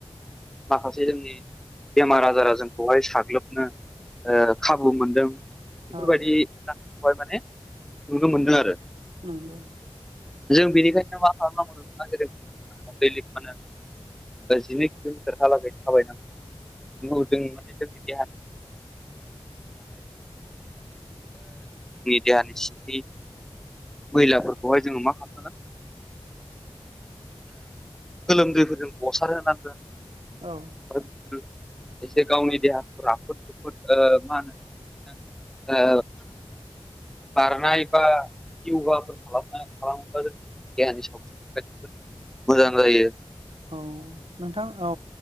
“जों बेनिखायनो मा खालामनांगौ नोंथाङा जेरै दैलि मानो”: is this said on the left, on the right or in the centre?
Centre